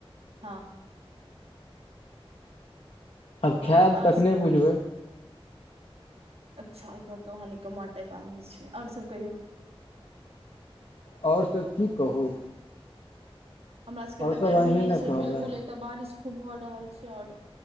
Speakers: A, on the right (about 85°); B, on the left (about 65°).
A: हँ
B: आब
A: और
B: खायब
A: और
B: तखने
A: सभ <unintelligible>
B: बुझबै
A: अच्छ एके मतलब अहाँ निकम्मा टाइप आदमी छै ओर सब कहियो
B: ओर सब की कहू
A: हमरा सब के
B: आओर
A: एते गर्मी
B: अहीं
A: न
B: ने
A: छै
B: कहबै
A: बिल्कुल एते बारिश खूब भऽ रहल ओर